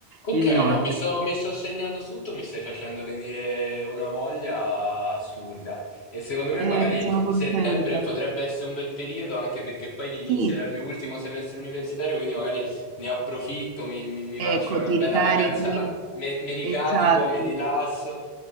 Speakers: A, on the left (about 80°); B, on the right (about 70°).
A: Ok,
B: Il nord.
A: no, mi sto, mi sto segnando tutto, mi stai facendo venire una voglia assurda. E secondo me
B: Eh,
A: magari
B: sono contenta.
A: settembre potrebbe essere un bel periodo, anche perché poi inizierà
B: Sì,
A: il mio ultimo semestre universitario, quindi magari ne approfitto, mi, mi- mi
B: ecco,
A: faccio una
B: ti
A: bella
B: ricarichi.
A: vacanza là, me- mi ricarico,
B: Esatto.
A: mi rilasso.